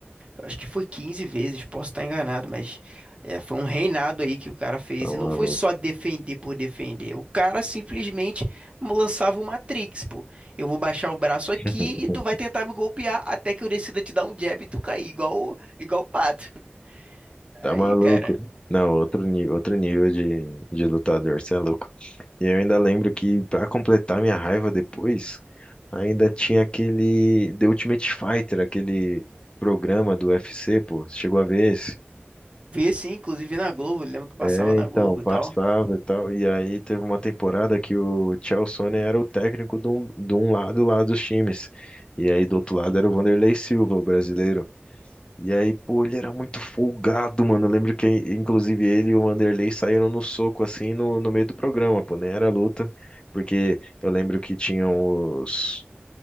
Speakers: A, on the right; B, on the left.
A: Eu acho que foi 15 vezes, posso estar enganado, mas é, foi um reinado aí que o cara fez.
B: Tá maluco.
A: E não foi só defender por defender. O cara simplesmente lançava o Matrix, pô. Eu vou baixar o braço
B: <laughs>
A: aqui e tu vai tentar me golpear até que eu decida te dar um jab e tu cair, igual, o- igual o pato. <laughs>
B: Tá
A: Aí,
B: maluco.
A: cara.
B: Não, outro nível, outro nível de, de lutador, você é louco. E eu ainda lembro que, pra completar minha raiva depois, ainda tinha aquele The Ultimate Fighter, aquele programa do UFC, pô. Você Chegou a ver esse?
A: Vi assim, inclusive na Globo, lembro que passava
B: É,
A: na
B: então,
A: Globo
B: passava
A: e tal.
B: e tal. E aí teve uma temporada que o Chael Sonnen era o técnico de um, de um lado lá dos times. E aí do outro lado era o Vanderlei Silva, o brasileiro. E aí, pô, ele era muito folgado, mano. Eu lembro que, inclusive, ele e o Vanderlei saíram no soco, assim, no, no meio do programa, pô, nem era luta. Porque eu lembro que tinham os,